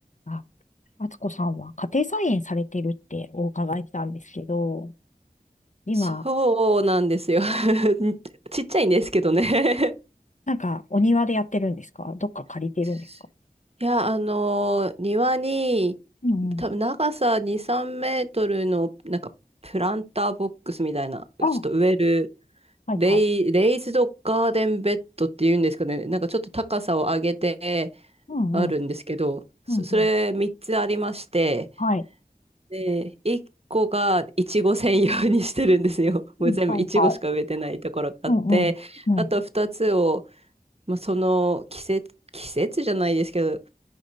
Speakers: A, on the left; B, on the right.
A: あ、敦子さんは家庭菜園されてるってお伺いしたんですけど、今、
B: そうなんですよ。<laughs> ちっちゃいんですけどね
A: なんかお庭でやってるんですかどっか借りてるんですか
B: <laughs> いや、あのー庭に、
A: うんうん。
B: 多分長さ2、3メートルの、なんか、プランターボックスみたいな、
A: あ、
B: ちょっと植える、
A: はいはい。
B: レイ、レイズドガーデンベッドっていうんですかね、なんかちょっと高さを上げて
A: うんうん。
B: あるんですけど、そ、
A: うんうん。
B: それ3つありまして、
A: はい。
B: で、1個がいちご専用にしてるんですよ。<laughs>
A: うんはいはい。
B: もう全部いちごしか植えてないところがあって、
A: うんうん。うん。
B: あと2つを、まあ、その季節、季節じゃないですけど、